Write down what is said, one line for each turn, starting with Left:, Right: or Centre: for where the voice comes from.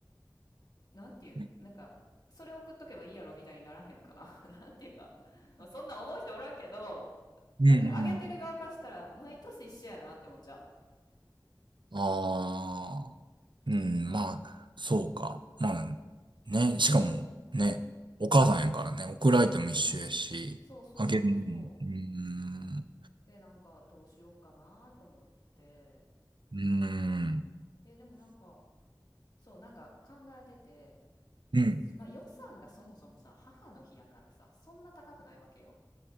Left: なんていうん、
Right: う
Left: なんか、それ送っとけばいいやろみたいにならへんかな。<laughs> なんていうか、まあそんなん思う人おらんけど、なんか、
Right: んうん。
Left: あげてる側からしたら、毎年一緒やなって思っちゃ
Right: ああ、うん、まあ、そうか。
Left: う。
Right: まあ、
Left: うん。
Right: ね、しかも、ね、お母さんやからね、送る相手も一緒やし、
Left: そうそうそうそ
Right: あげるのも、うーん、
Left: う。で、なんか、どうしよっかなと思って、
Right: うーん、
Left: え、でもなんか、そう、なんか考えてて、
Right: うん。
Left: まあ予算がそもそもさ、母の日やからさ、そんな高くないわけよ。